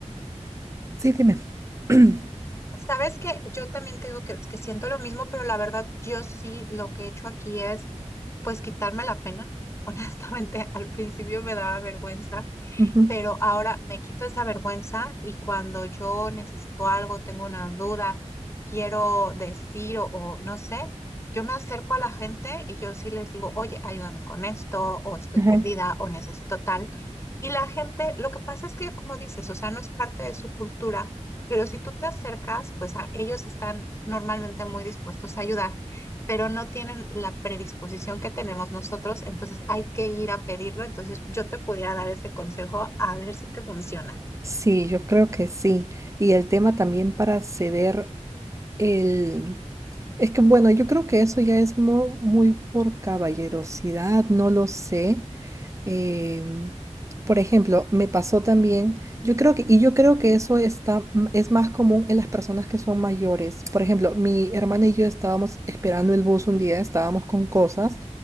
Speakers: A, on the right; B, on the left.
A: sí, dime. <clears throat>
B: sabes que yo también te digo que, que siento lo mismo, pero la verdad yo sí lo que he hecho aquí es pues quitarme la pena. <laughs> Honestamente, al principio me daba vergüenza.
A: Ujú,
B: pero ahora me quito esa vergüenza y cuando yo necesito algo, tengo una duda, quiero decir o, o no sé, yo me acerco a la gente y yo sí les digo, oye, ayúdame con esto, o estoy
A: ajá.
B: perdida, o necesito tal. Y la gente, lo que pasa es que, como dices, o sea, no es parte de su cultura, pero si tú te acercas, pues a, ellos están normalmente muy dispuestos a ayudar pero no tienen la predisposición que tenemos nosotros, entonces hay que ir a pedirlo, entonces yo te pudiera dar ese consejo a ver si te funciona.
A: Sí, yo creo que sí. Y el tema también para ceder el... Es que bueno, yo creo que eso ya es mo- muy por caballerosidad, no lo sé, Em, por ejemplo, me pasó también, yo creo que, y yo creo que eso está, m- es más común en las personas que son mayores. Por ejemplo, mi hermana y yo estábamos esperando el bus un día, estábamos con cosas,